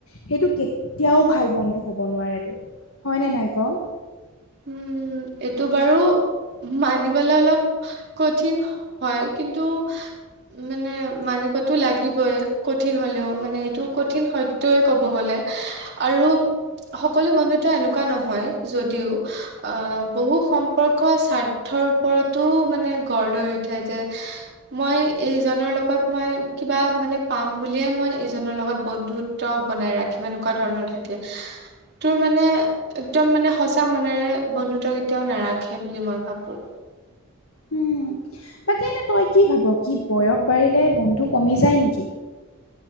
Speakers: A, on the left (about 75°); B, on the right (about 50°).
A: সেইটো কেতিয়াও ভাল বন্ধু হ'ব নোৱাৰে তোৰ। হয়নে নাই ক?
B: উম এইটো বাৰু মানিবলৈ অলপ কঠিন হয়, কিন্তু মানে মানিবতো লাগিবই কঠিন হলেও, মানে এইটো কঠিন সত্যই ক'ব গলে। আৰু সকলো বন্ধুত্ব এনেকুৱা নহয়। যদিও আহ বহু সম্পৰ্ক স্বাৰ্থৰ ওপৰতো মানে গঢ় লৈ উঠে যে মই এইজনৰ লগত মই কিবা মানে পাম বুলিয়ে মই এইজনৰ লগত বন্ধু ত বনাই ৰাখ এনেকুৱা ধৰণৰ থাকে, তোৰ মানে একদম মানে সঁচা ম নেৰে বন্ধুত্ব কেতিয়াও নাৰাখে বুলি মই ভাবো।
A: হুম। বাকী এনে তই কি ভাব, কি বয়স বাঢ়িলে বন্ধু কমি যায় নেকি?